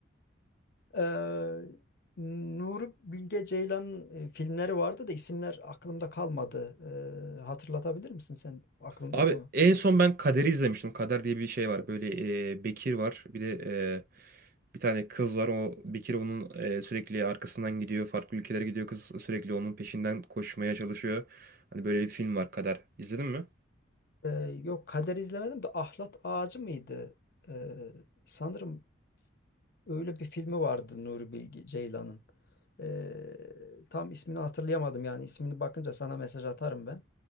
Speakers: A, on the left (about 50°); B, on the right (about 45°).
A: Ee, Nuri Bilge Ceylan e, filmleri vardı da isimler aklımda kalmadı. Ee, hatırlatabilir misin sen? Aklında
B: Abi
A: mı?
B: en son ben Kader'i izlemiştim. Kader diye bir şey var. Böyle eee, Bekir var. Bir de eee, bir tane kız var. O Bekir onun eee, sürekli arkasından gidiyor. Farklı ülkelere gidiyor kız. Sürekli onun peşinden koşmaya çalışıyor. Hani böyle bir film var Kader. İzledin mi?
A: Ee, yok Kader izlemedim de Ahlat Ağacı mıydı? Ee, sanırım Öyle bir filmi vardı Nuri Bilge Ceylan'ın. Ee, tam ismini hatırlayamadım yani ismini bakınca sana mesaj atarım ben.